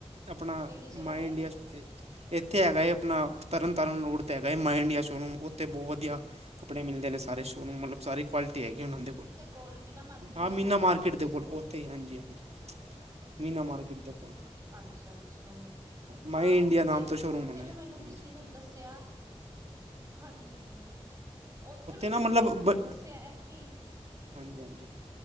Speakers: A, on the right; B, on the right.
A: ਆਪਣਾ
B: ਕਿਹੜੀ ਜਗ੍ਹਾ
A: ਮਾਈ
B: ਤੇ?
A: ਇੰਡੀਆ। ਇੱਥੇ ਹੈਗਾ ਏ ਆਪਣਾ ਤਰਨ ਤਾਰਨ ਰੋਡ ਤੇ ਹੈਗਾ ਏ ਮਾਈ ਇੰਡੀਆ ਸ਼ੋਅ ਰੂਮ ਉੱਥੇ ਬਹੁਤ ਵਧੀਆ। ਕੱਪੜੇ ਮਿਲਦੇ ਨੇ ਸਾਰੇ ਸ਼ੋਰੂਮ ਮਤਲਬ ਸਾਰੀ ਕੁਆਲਿਟੀ ਹੈਗੀ ਆ ਉਹਨਾਂ ਦੇ ਕੋਲ।
B: ਤੇ ਕੋੋਲ ਮੀਨਾ। ਮਾਰਕੀਟ
A: ਹਾਂ
B: ਦੇ
A: ਮੀਨਾ
B: ਕੋਲ
A: ਮਾਰਕੀਟ
B: ਕਹਿ ਰਹੇ ਹੋ ਤੁਸੀਂ?
A: ਦੇ ਕੋਲ ਉੱਥੇ ਹੀ ਹਾਂਜੀ- ਹਾਂਜੀ ਮੀਨਾ ਮਾਰਕੀਟ ਦੇ ਕੋਲ।
B: ਅੱਛਾ-ਅੱਛਾ
A: ਮਾਈ
B: ਹਾਂ
A: ਇੰਡੀਆ
B: ਉੱਥੇ
A: ਨਾਮ ਤੋਂ ਸ਼ੋਅਰੂਮ
B: ਉੱਥੇ
A: ਬਣਾ
B: ਵੀ
A: ਹੈ
B: ਮੈਨੂੰ ਕਿਸੇ
A: ਹਾਂਜੀ
B: ਨੇ ਦੱਸਿਆ। ਹਾਂਜੀ-ਹਾਂਜੀ ਉੱਥੇ ਵੀ ਮੈਨੂੰ
A: ਨਾ ਮਤਲਬ
B: ਕਿਸੇ ਨੇ
A: ਬ
B: ਦੱਸਿਆ ਹੈ ਕਿ।
A: ਹਾਂਜੀ ਹਾਂਜੀ